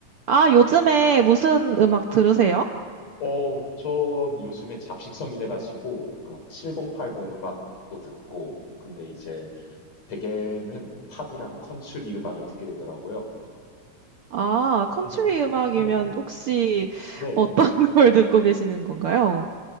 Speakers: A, on the right (about 60°); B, on the left (about 55°).
A: 아, 요즘에 무슨
B: 네.
A: 음악 들으세요?
B: 어, 전 요즘에 잡식성이 돼가지고, 그 막 7080 음악도 듣고, 근데 이제 대개는 팝이랑 컨츄리 음악을 듣게 되더라고요.
A: 아,
B: <laughs>
A: 컨트리 음악이면
B: 네.
A: 혹시
B: 네네.
A: 어떤 <laughs> 걸 듣고 계시는 건가요?